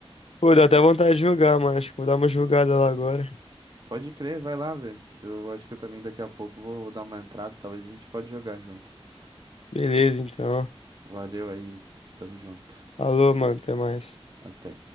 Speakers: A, on the left; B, on the right.
A: Pô, dá até vontade de jogar, mano. Acho que vou dar uma jogada lá agora.
B: Pode crer, vai lá, velho. Eu acho que eu também daqui a pouco vou dar uma entrada, talvez a gente pode jogar juntos.
A: Beleza, então.
B: Valeu aí, tamo junto.
A: Falou, mano. Até mais.
B: Até.